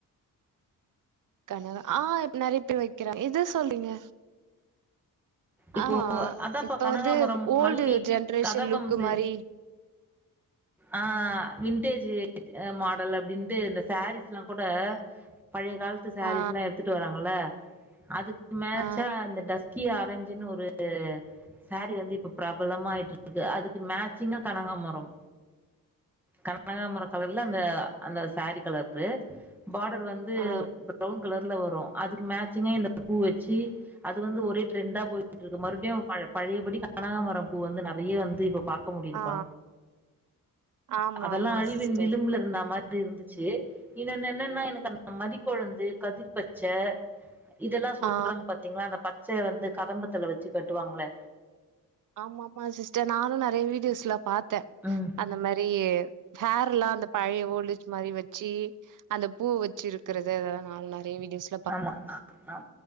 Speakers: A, on the right (about 60°); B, in the centre.
A: கனகா ஆ இப் நெறைய பேர் வெக்கிறாங்க எது சொல்லீங்க
B: இப்போ
A: ஆமா
B: அதான்ப்பா
A: இப்ப
B: கனகாமரம்
A: வந்து ஓல்டு
B: மல்லி
A: ஜென்ரேஷன்
B: கதம்பம்
A: லுக்
B: சே
A: மாரி
B: ஆ விண்டேஜு மாடல் அப்டின்ட்டு இந்த ஷேரீஸ்லா கூட பழைய காலத்து ஷாரீஸ்லா
A: ஆ
B: எடுத்துட்டு வராங்கள அதுக்கு மேச்சா
A: ஆ
B: இந்த டஸ்கி ஆரஞ் ஜின்னு ஒரு ஷேரீ வந்து இப்ப பிரபலமா ஆயிட்டு இருக்கு அதுக்கு மேச்சிங்கா கனகா மரம் கனகாமரோ கலர்ல அந்த அந்த ஷேரீ கலரு பாடர் வந்து
A: ஆ
B: ஃப்ரௌன் கலர் ல வரு அதுக்கு மேச்சிங்கா இந்த பூ வெச்சி அது வந்து ஒரே ட்ரெண்டா போய் ட்டு இருக்கு மறுபடியு பழ பழையபடி கனகா மரோ பூ வந்து நெறைய வந்து இப்ப பா க்க முடியுதுபா
A: ஆ ஆமா
B: அதெல்லா
A: ஆமா
B: அழிவின்
A: சிஸ்டர்
B: விளிம்புல இருந்தா மாரி இருந்துச்சு இன்னொன்னு என்னன்னா எனுக் அந்த மரிக்கொழுந்து கதிர் பச்ச இதெல்லா சொல்றாங்க
A: ஆ
B: பாத்தீங்ளா அந்த பச்ச வந்து கதம்பத்துல வச்சு கட்டுவாங்களே
A: ஆமா ஆமா சிஸ்டர் நானு நெறைய வீடியோஸ்ல பாத்த
B: ம்
A: அந்த மாரி ஹேர்லா அந்த பழைய ஓல்டேஜ் மாரி வெச்சி அந்த பூவு வெச்சு இருக்கறது அதெல்லா நானு நெறைய வீடியோஸ்
B: ஆமா அ அ